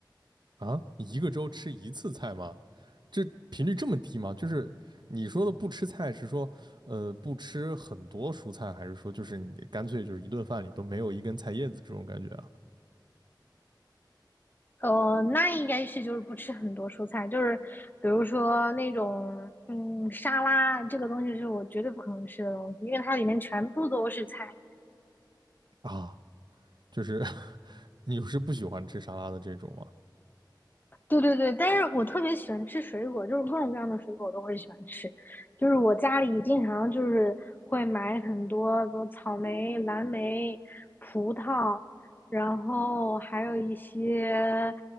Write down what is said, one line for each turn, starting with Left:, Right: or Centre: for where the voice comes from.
Right: 啊，一个周吃一次菜吗？这频率这么低吗？就是你说的不吃菜是说，呃，不吃很多蔬菜，还是说就是你干脆就是一顿饭里都没有一根菜叶子这种感觉啊？
Left: 呃，那应该是就是不吃很多蔬菜，就是比如说那种嗯沙拉这个东西是我绝对不可能吃的东西，因为它里面全部都是菜，
Right: 啊，就是 <laughs> 你是不喜欢吃沙拉的这种吗？
Left: 对对对，但是我特别喜欢吃水果，就是各种各样的水果我都会喜欢吃。就是我家里经常就是会买很多，比如草莓、蓝莓、葡萄，然后还有一些，